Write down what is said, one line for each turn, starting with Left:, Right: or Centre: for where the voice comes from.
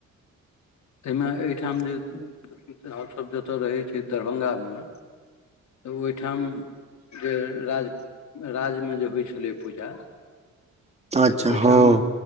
Left: एहिमे एहिठाम ज
Right: <inaudible>
Left: हमसब जेतोऽ रहै छी दरभंगा मे तऽ ओहिठा जे राज राजमे जे होइ छलै पूज
Right: अच्छा
Left: तऽ ओहिठा
Right: हँ